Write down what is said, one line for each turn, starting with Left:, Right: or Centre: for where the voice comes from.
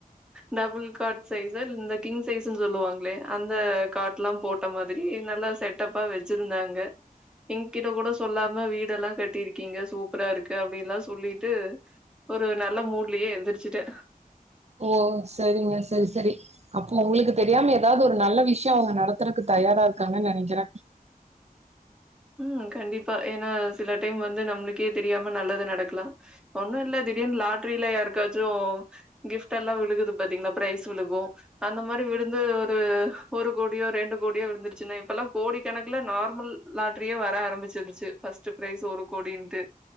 Centre: டபுள் கார்ட் சைஸசர் கிங் சைஸ் சொல்லுவாங்களே அந்த காட் எல்லாம் போட்ட மாரி நல்லா செட்டப்பா வச்சிருந்தாங்க எங்கிட்ட கூட சொல்லாம நல்ல வீடெல்லாம் கட்டிருக்கீங்க சூப்பரா இருக்கு அப்படின்னுல்லாம் சொல்லிட்டு ஒரு நல்ல மூட்லயே எந்திரிச்சுட்டேன்
Right: ஓ சரிங்க சரி சரி அப்போ உங்களுக்கு தெரியாம ஏதாவது ஒரு நல்ல விஷயம் அவங்க நடத்துறக்கு தயாரா இருக்காங்கன்னு நினைக்கிறேன்
Centre: உம் கண்டிப்பா ஏன்னா சில டைம் வந்து நம்மளுக்கே தெரியாம நல்லது நடக்கலாம் ஒன்னும் இல்ல திடீர்னு லாட்ரில யாருகாச்சும் கிஃப்ட் எல்லாம் விழுகுது பாத்தீங்களா பிரைஸ் விழுகும் அந்த மாரி விழுந்து ஒரு ஒரு கோடியோ ரெண்டு கோடியோ விழுந்துருச்சுன்னா இப்ல்லாம் கோடி கணக்கல நார்மல் லாட்டரியே வர ஆரம்பிச்சிருச்சு பஸ்ட் பிரைஸ் ஒரு கோடின்னுட்டு